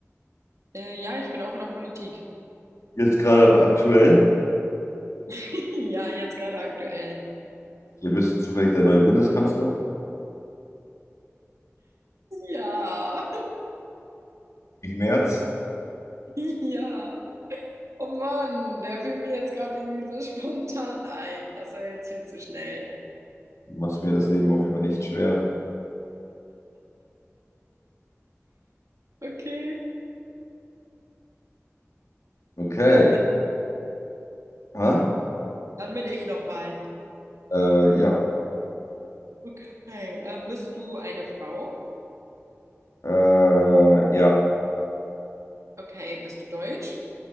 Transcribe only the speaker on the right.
Äh, ja, ich bin auch in der Politik.
<laughs> Ja, jetzt gerade aktuell.
Ja,
<laughs> ja. Oh Mann, der fiel mir jetzt gerade irgendwie so <laughs> spontan ein. Das war jetzt viel zu schnell.
Okay,
dann bin,
dann bin ich nochmal.
Okay, ähm, bist du eine Frau?
Okay, bist du deutsch?